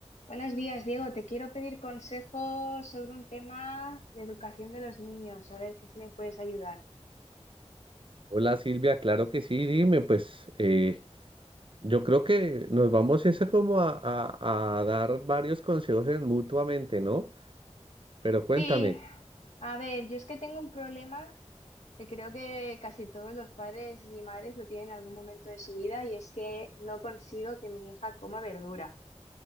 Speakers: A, on the left (about 75°); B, on the right (about 50°).
A: Buenos días, Diego. Te quiero pedir consejo sobre un tema de educación de los niños. A ver, que si me puedes ayudar.
B: Hola Silvia, claro que sí, dime, pues eh, yo creo que nos vamos ese como a, a- a dar varios consejos en- mutuamente, ¿no? Pero cuéntame,
A: Sí, a ver, yo es que tengo un problema que creo que casi todos los padres y madres lo tienen en algún momento de su vida y es que no consigo que mi hija coma verdura.